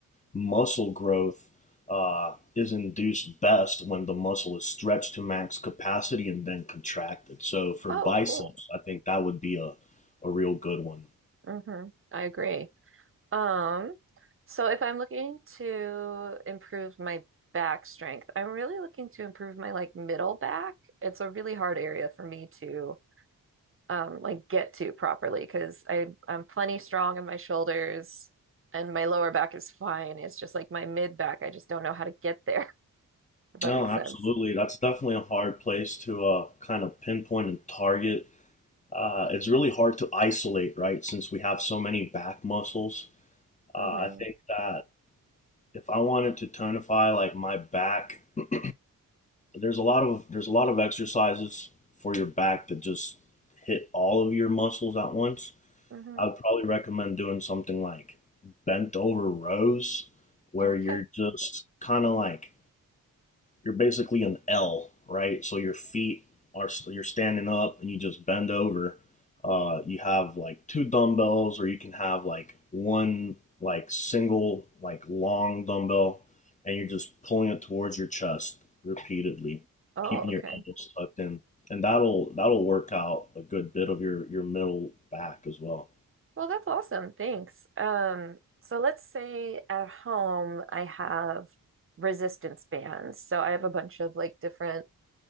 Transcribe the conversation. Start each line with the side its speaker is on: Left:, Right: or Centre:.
Left: muscle growth uh, is induced best when the muscle is stretched to max capacity and then contracted. So for
Right: Oh,
Left: biceps,
Right: cool.
Left: I think that would be a, a real good one.
Right: hmm I agree. Um, so if I'm looking to improve my back strength, I'm really looking to improve my like middle back. It's a really hard area for me to um like get to properly because I I'm plenty strong in my shoulders and my lower back is fine. It's just like my mid back. I just don't know how to get there, <laughs> if that
Left: No,
Right: makes
Left: absolutely.
Right: sense.
Left: That's definitely a hard place to uh, kind of pinpoint and target. Uh, it's really hard to isolate, right? Since we have so many back muscles. Uh,
Right: hmm
Left: I think that if I wanted to tonify like my back <clears throat> there's a lot of there's a lot of exercises for your back that just hit all of your muscles at once.
Right: hmm
Left: I would probably recommend doing something like bent over rows where
Right: Okay.
Left: you're just kind of like you're basically an L, right? So your feet are you you're standing up and you just bend over. Uh, you have like two dumbbells, or you can have like one like single like long dumbbell, and you're just pulling it towards your chest repeatedly,
Right: Oh,
Left: keeping
Right: okay.
Left: your elbows tucked in, and that'll that'll work out a good bit of your your middle back as well.
Right: Well, that's awesome. Thanks. Um, so let's say at home I have resistance bands. So I have a bunch of like different